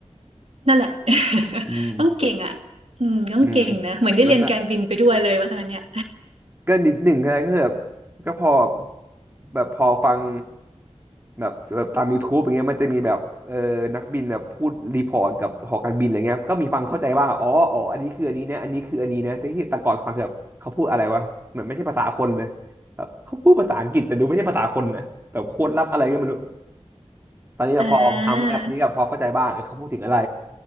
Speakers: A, on the right (about 60°); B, on the right (about 20°).
A: นั่นแหละ <laughs>
B: อืม
A: ต้องเก่งอ่ะอืมต้องเก่งนะเหมือนได้เรียนการบินไปด้วยเลยว่าคะเนี่ย
B: อืมมันละก็นิดหนึ่งแค่นั้นก็คือแบบก็พอแบบพอฟังแบบแบบตาม YouTube อย่างเงี้ยมันจะมีแบบเออนักบินแบบพูดรีพอร์ตกับหอการบินอะไรเงี้ยก็มีฟังเข้าใจบ้างอ๋ออ๋ออันนี้คืออันนี้นะอันนี้คืออันนี้นะแต่ที่แต่ก่อนฟังคือแบบเขาพูดอะไรวะเหมือนไม่ใช่ภาษาคนเลยแบบเขาพูดภาษาอังกฤษแต่ดูไม่ใช่ภาษาคนนะแบบโคตรลับอะไรก็ไม่รู้ตอนนี้พอทำแอปนี้ก็พอเข้าใจบ้างเออเขาพูดถึงอะไร
A: อ่า